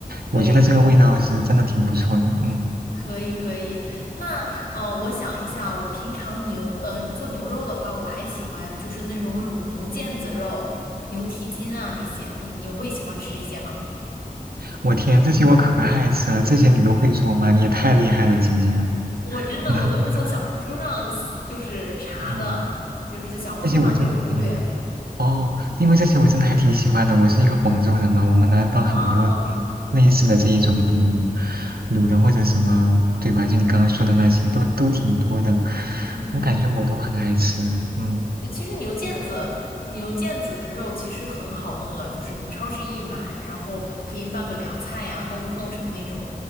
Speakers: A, on the left; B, on the right.
A: 可以，
B: 我觉得这个味道是真的挺不错的。
A: 可以。
B: 嗯，
A: 可以可以，那呃，我想一下，我平常牛呃做牛肉的话，我还喜欢就是那种卤牛腱子肉、牛蹄筋啊那些，你你会喜欢吃这些吗？
B: 我天，这些我可爱吃了，这些你都会做吗？你也太厉害了，姐姐啊。
A: 我真的我都是从小红书上就是查的，
B: <laughs> 嗯，
A: 就是在小红书上它有攻略。
B: 这些我真嗯。哦，因为这些我真的还挺喜欢的。我是一个广州人嘛，我们南方很多
A: 啊，
B: 类似的这一种卤卤的或者什么，对吧？就你刚刚说的那些，都都挺多的。
A: 嗯，
B: 我感觉我都很爱吃，嗯。
A: 对，其实牛腱子牛腱子的肉其实很好弄的，就是你超市一买，然后可以拌个凉菜呀、弄弄成那种